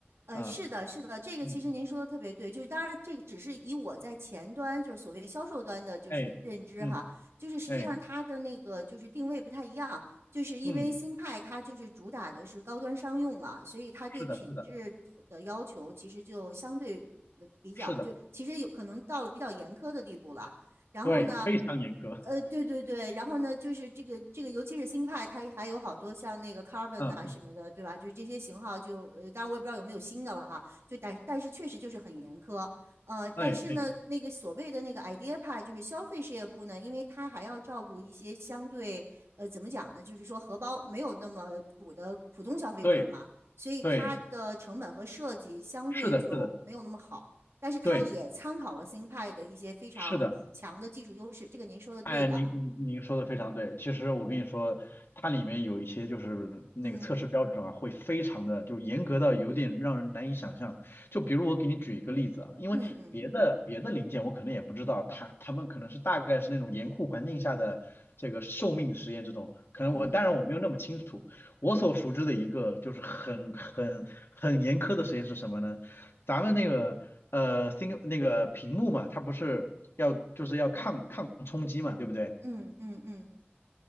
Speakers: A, on the right; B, on the left.
A: 呃，
B: 啊，
A: 是的，是的，这个其实您说的特别对，
B: 嗯嗯，
A: 就是当然这个只是以我在前端，就是所谓销售端的，就是认知哈，
B: 哎，嗯
A: 就是实际上它的那个就是定位不太一样，
B: 哎，
A: 就是因为新派它就是主打的是高端商用嘛，
B: 嗯，
A: 所以它对品质的要求其实就相对呃比较，
B: 是的，是的。是的，
A: 就其实有可能到了比较严苛的地步了。然后呢，
B: 对，非常严格。
A: 呃，对对对，然后呢，就是这个这个，尤其是新派，它还有好多像那个 Carbon
B: 嗯，
A: 啊什么的，对吧？就是这些型号就，呃，当然我也不知道有没有新的了哈，就但但是确实就是很严苛，呃，但是呢，
B: 哎，对，
A: 那个所谓的那个 idea 派，就是消费事业部呢，因为它还要照顾一些相对，呃，怎么讲呢？就是说荷包没有那么鼓的普通消费者嘛，
B: 对，
A: 所以它的成本和设计相对就没有那么好。
B: 对，是的，是的，
A: 但是它也参考了新派的一些非常强的技术优势，
B: 对，是的。
A: 这个您说的对的。
B: 哎，您您您说的非常对。其实我跟你说，它里面有一些就是那个测试标准啊，
A: 嗯
B: 会非常的就严格到有点让人难以想象。就比如我给你举一个例子啊，因为别的别的零件我可能也不知道，
A: 嗯嗯
B: 它他们可能是大概是那种严酷环境下的这个寿命实验这种，可能我当然我没有那么清楚。
A: 嗯
B: 我所熟知的一个就是很很很严苛的实验是什么呢？咱们那个呃，新那个屏幕嘛，它不是要就是要抗抗冲击嘛，对不对？
A: 嗯嗯嗯